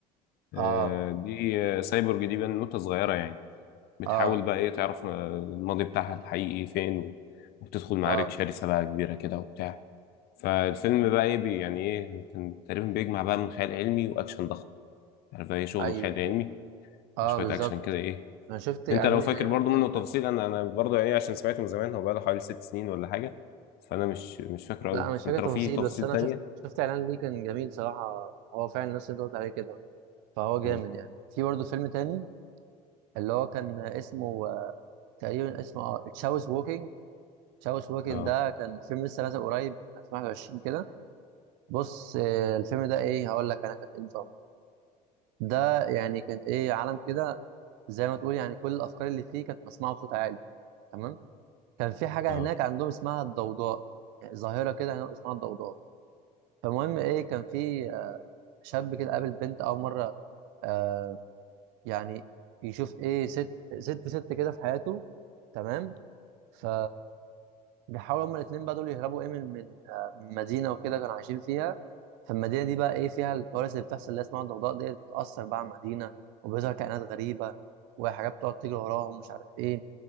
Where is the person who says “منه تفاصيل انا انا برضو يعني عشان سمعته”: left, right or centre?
Left